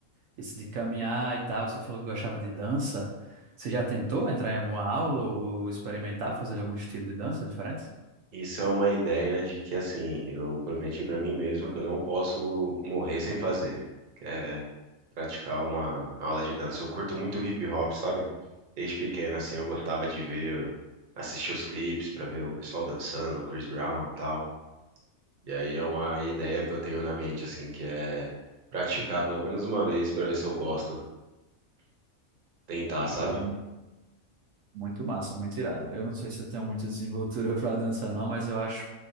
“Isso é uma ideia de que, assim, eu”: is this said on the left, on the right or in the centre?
Right